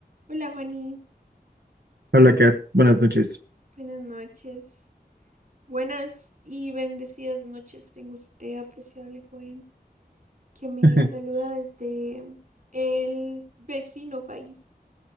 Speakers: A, on the right; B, on the right.
A: Hola Juani,
B: Hola, Kat. Buenas noches.
A: buenas noches. Buenas y bendecidas noches tengo usted, apreciable joven, que me
B: <laughs>
A: saluda desde el vecino país